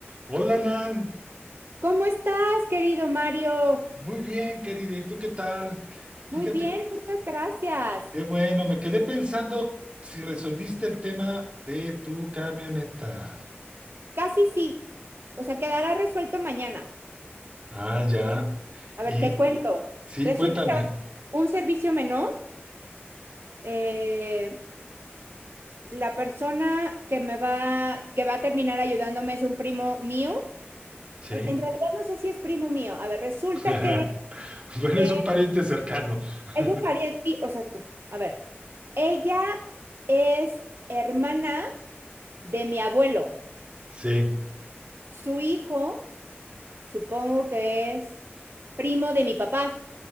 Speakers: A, on the right; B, on the right.
A: Hola Nan,
B: ¿Cómo estás, querido Mario?
A: muy bien querida, ¿y tú qué tal? Fíjate,
B: Muy bien, muchas gracias.
A: qué bueno, me quedé pensando si resolviste el tema de tu camioneta.
B: Casi sí. O sea, quedará resuelto mañana.
A: Ah, ya.
B: A
A: Y
B: ver, te cuento.
A: sí,
B: Resulta
A: cuéntame.
B: que va a ser un servicio menor. Eh, la persona que me va, que va a terminar ayudándome es un primo mío.
A: Sí.
B: En realidad no sé si es primo mío. A ver, resulta
A: <laughs>
B: que
A: Bueno,
B: eh,
A: es un pariente cercano. <laughs>
B: es un pariente. sí, o sea, a ver, ella es hermana de mi abuelo.
A: Sí,
B: Su hijo Supongo que es primo de mi papá.